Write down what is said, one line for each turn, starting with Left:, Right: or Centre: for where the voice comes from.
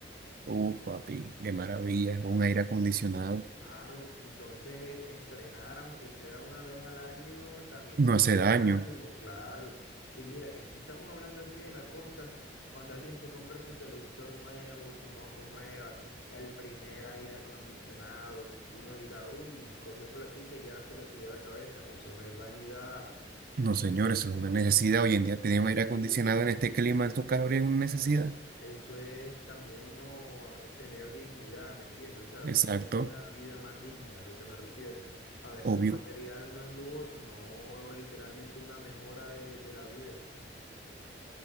Right: Uf, papi, qué maravilla, un aire acondicionado,
Left: Claro, entonces e- estrenar, aunque sea una vez al año, también
Right: no
Left: te
Right: hace
Left: sube
Right: daño.
Left: el ánimo, claro. Y mira, que si estamos hablando aquí de la costa, cuando alguien se compra su televisor nuevo, su moto nueva, el primer aire acondicionado, uno dirá, uy, cogió platica y ya se le subió a la cabeza. Eso no es vanidad.
Right: No, señores, es una necesidad. Hoy en día tener
Left: Sí.
Right: un aire acondicionado en este clima, estos calores es una necesidad.
Left: Eso es también uno eh, tener dignidad, ¿me entiendes? O sea,
Right: Exacto,
Left: tener una vida más digna, lo que me refiero. A veces
Right: obvio.
Left: lo material no es lujo, sino literalmente una mejora de, de la vida.